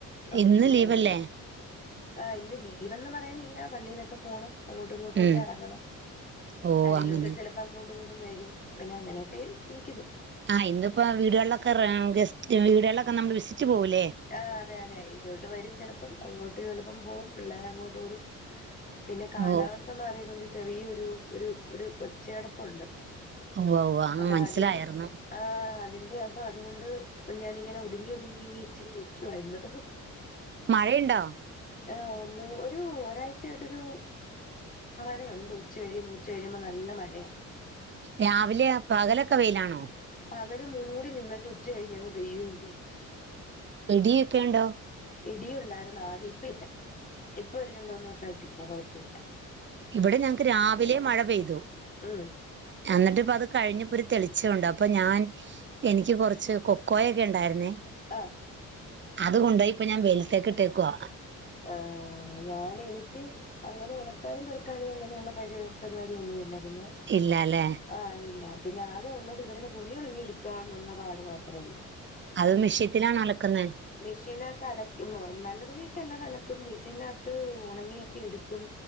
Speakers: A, on the left; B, on the right.
A: ഓട്ടർഷ
B: ഇന്ന്
A: ക്ക്യോടിക്കും.
B: ലീവല്ലേ
A: ആഹ് ഇന്ന് ലീവെന്ന് പറയാനില്ല പള്ളിയിലൊക്കെ പോണം അങ്ങോട്ടുങ്ങോ
B: ഉം
A: ക്കെറങ്ങണം
B: ഓ
A: ആരെലൊക്കെ
B: അങ്ങനെ
A: ചെലപ്പോ അങ്ങോട്ടു ഇങ്ങോട്ടും വെരും പിന്നെ അങ്ങനെയൊക്കെ ഇരിക്കുന്നു.
B: ആഹ് ഇന്ന്പ്പോ വീടുകളിലൊക്കെ റാ ഗസ്റ്റ് വീടുകളിലൊക്കെ നമ്മള് വിസിറ്റ് പോകൂല്ലേ.
A: ആഹ് അതെ യതെ ഇങ്ങോട്ട് വരും ചെലപ്പം അങ്ങോട്ട് ചെലപ്പം പോവും പിള്ളേര ങ്ങോട്ടോടും പിന്നെ കാലാവസ്ഥ
B: ഓ
A: മാറിയതോണ്ട് ചെറിയൊരു ഒരു ഒരു ഒച്ചയടപ്പുണ്ട്.
B: ഉവ്വാ ഉവ്വാ ഉം
A: അപ്പൊ
B: മൻസ്സിലായാര്ന്ന്.
A: അതിന്റെ ആഹ് അതിന്റെ അപ്പൊ അത്കൊണ്ട് ഞാനിങ്ങനെ ഒതുങ്ങി ഒതുങ്ങി ങ്ങി ഇച്ചിരി നിക്കുവായിര്ന്ന്.
B: മഴയ്ണ്ടോ
A: ആഹ് ഒരു ഒരാഴ്ചായിട്ടൊരു മഴയുണ്ട് ഉച്ച കഴിയുമ്പൊ ഉച്ച കഴിയുമ്പൊ നല്ല മഴയാ
B: രാവിലെ പകലൊക്കെ വെയിലാണോ
A: പകല് മൂടി നിന്നിട്ട് ഉച്ച കഴിഞ്ഞങ്ങ് പെയ്യും ചെയ്യും
B: ഇടിയൊക്കെ ഇണ്ടോ
A: ഇടിയുണ്ടായിര്ന്നു ആദ്യം ഇപ്പ ഇല്ല ഇപ്പൊ ഒരു രണ്ട് മൂന്ന് ദിവസായിട്ടില്ല കൊഴപ്പല്ല
B: ഇവിടെ ഞങ്ങക്ക് രാവിലെ മഴ പെയ്തു
A: ഉം
B: എന്നിട്ട് ഇപ്പ അത് കഴിഞ്ഞപ്പൊ ഒരു തെളിച്ച ഉണ്ട് അപ്പൊ ഞാൻ എനിക്ക് കൊറച്ച് കൊക്കോയൊക്കെ ഉണ്ടായിരുന്നേ
A: ആഹ്
B: അതുകൊണ്ടോയി ഇപ്പ ഞാൻ വെയിലത്തേക്ക് ഇട്ടേക്കുവാ
A: ആഹ് ആ ഞാന് എനിക്ക് അങ്ങനെ ഉണക്കാനും പെറുക്കാനും അങ്ങനെയുള്ള പ പരിപാടിയൊന്നുമില്ല പിന്നെ
B: ഇല്ല ല്ലേ
A: ആഹ് ഇല്ല പിന്നെ ആകെ ഉള്ളത് ഇവരുടെ തുണി ഉണങ്ങിയെടുക്കന്നുള്ള പാട് മാത്രേ ഒള്ളൂ
B: അത് മിഷ്യത്തിലാണോ അലക്കുന്നേ
A: മിഷീനകത്ത് അലക്കും നല്ല തുണിയൊക്കെ എല്ലാം അലക്കും മെഷീനകത്ത് ഒണങ്ങിയൊക്കെ എടുക്കും